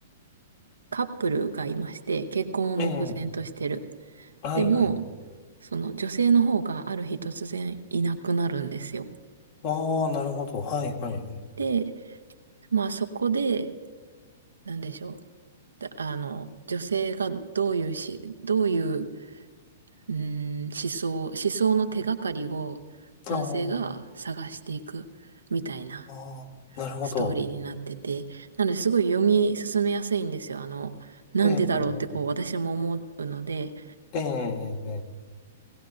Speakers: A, on the right; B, on the left.
A: カップルがいまして、結婚を目前としてる。
B: ええ、はい、
A: でも、
B: はい。
A: その女性の方がある日突然いなくなるんですよ。
B: ああ、なるほど。はい、はい、はい。
A: で、まあそこで、なんでしょう。だあの、女性がどういうし、どういううーん、思想、思想の手がかりを男性が探していくみたいな
B: ああ、ああ、なるほど。
A: ストーリーになってて、なのですごい読み進めやすいんですよ。あの、なんでだろうってこう私も思うので、
B: ええ、ええ、ええ、